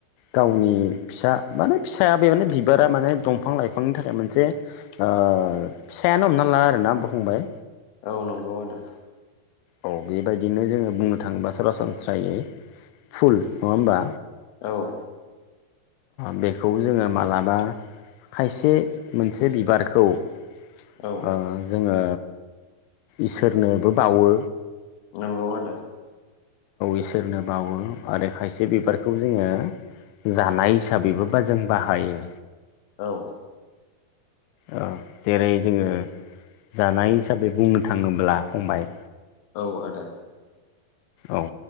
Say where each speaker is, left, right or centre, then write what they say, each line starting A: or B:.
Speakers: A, on the left; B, on the left.
A: गावनि फिसा माने फिसाया बे माने बिबारा माने दंफां लाइफांनि थाखाय मोनसे ओ फिसायानो हमना ला आरोना फंबाय।
B: औ नंगौ आदा।
A: औ बेबायदिनो जोङो बुंनो थाङोबा सरासनस्रायै फुल नङा होमबा।
B: औ।
A: बेखौ जोङो मालाबा खायसे मोनसे बिबारखौ ओ
B: औ
A: जोङो इसोरनोबो बावो।
B: नंगौ आदा।
A: इसोरनो बावो आरो खायसे बिबारखौ जोङो जानाय हिसाबैबो बा जों बाहायो।
B: औ।
A: औ जेरै जोङो जानाय हिसाबै बुंनो थाङोब्ला फंबाय
B: औ आदा।
A: औ